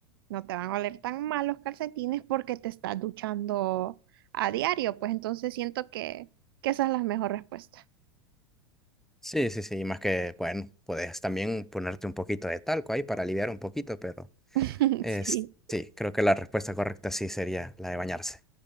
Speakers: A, on the right; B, in the centre.
A: no te van a oler tan mal los calcetines porque te estás duchando a diario, pues entonces siento que, que esa es la mejor respuesta.
B: Sí, sí, sí, y más que, bueno, puedes también ponerte un poquito de talco ahí para aliviar un poquito, pero
A: <laughs>
B: eh,
A: Sí.
B: sí, creo que la respuesta correcta sí sería la de bañarse.